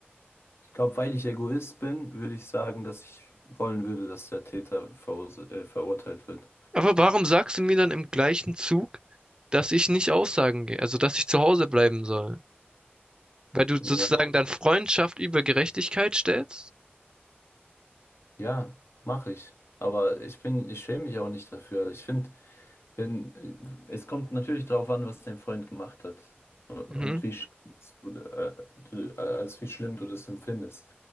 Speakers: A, on the left (about 85°); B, on the right (about 20°).
A: Ich glaube, weil ich Egoist bin, würde ich sagen, dass ich wollen würde, dass der Täter verurse- äh, verurteilt wird.
B: Aber warum sagst du mir dann im gleichen Zug, dass ich nicht aussagen gehe, also dass ich zu Hause bleiben soll? Weil du sozusagen
A: Ja,
B: dann Freundschaft über Gerechtigkeit stellst?
A: ja, mache ich. Aber ich bin, ich schäme mich auch nicht dafür. Also Ich finde, wenn, äh, Es kommt natürlich darauf an, was dein Freund gemacht hat und
B: Mhm.
A: wie schlimm du, äh, du, äh, als wie schlimm du das empfindest.